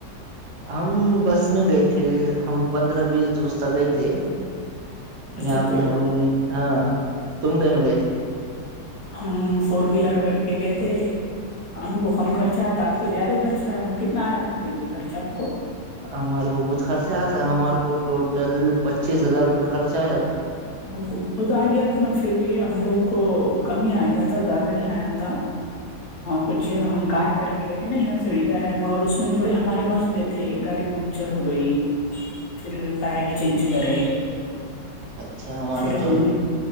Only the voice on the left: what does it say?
اچھا
تو
ہم فور ویلر کر کے کہتے ہم کو کم خرچہ آیا تو آپ کو زیادہ خرچہ آ ہم کتنا آیا تو پھر بھی خرچہ آپ کو
وہ بہت آ گیا تھا نا پھر بھی ہم لوگ کو کم ہی آ گیا تھا زیادہ نہیں آیا تھا کچھ ہم کار کر گئے تھے نا یہاں سڑی گائر میں اور اس میں تھوڑے ہمارے مسئے تھے گاڑی پنچر ہو گئی پھر پڈ چینج کرے
پھر ہم
نے